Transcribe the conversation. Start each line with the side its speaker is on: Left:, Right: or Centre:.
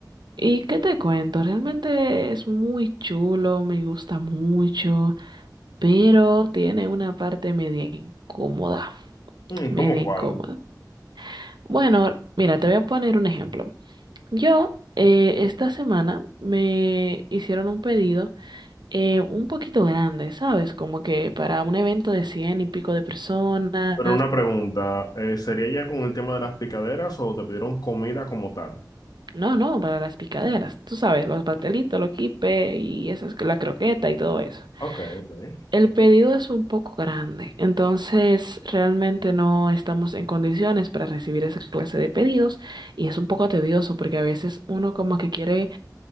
Right: ¿y qué te cuento? Realmente es muy chulo, me gusta mucho, pero tiene una parte media incómoda,
Left: Mm,
Right: media
Left: ¿Cómo cuál?
Right: incómoda. Bueno, mira, te voy a poner un ejemplo. Yo, eh, esta semana me hicieron un pedido eh, un poquito grande, ¿sabes? Como que para un evento de cien y pico de personas.
Left: Pero una pregunta, eh, ¿sería ya con el tema de las picaderas o te pidieron comida como tal?
Right: No, no, para las picaderas. Tú sabes, los pastelitos, los quipes y esas, la croqueta y todo eso.
Left: Ok, ok.
Right: El pedido es un poco grande, entonces realmente no estamos en condiciones para recibir esa clase de pedidos y es un poco tedioso porque a veces uno como que quiere